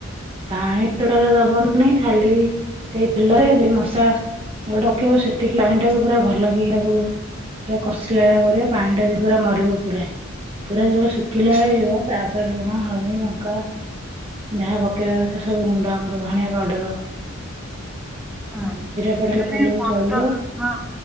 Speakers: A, on the right; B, in the centre.
A: ପାଣି ଟୋଟାଲ ଦବନି। ନାଇଁ ଖାଲି ସେଇ ତେଲରେ ମଶା ଆ ଡକେଇବ ସେତିକି ପାଣିଟାକୁ ପୁରା ଭଲ କି ତାକୁ ପୁରା କଷିଲା କରିବା ପାଣି ଟା ଯେମିତି ପୁରା ମରିବ ପୁରା ପୁରା ଯେତେବେଳେ ଶୁଖିଲା ହେଇଯିବ ତାପରେ ଲୁଣ ହଳଦୀ ଲଙ୍କା ଯାହା ପକେଇବା କଥା ସବୁ ଗୁଣ୍ଡ ଆମର ଧଣିଆ ପାଡଡର
B: ହଁ ହଁ
A: ପାଉଡର ପକେଇଲେ
B: ମାନେ
A: ବି
B: ମଟର
A: ଚଳିବ।
B: କ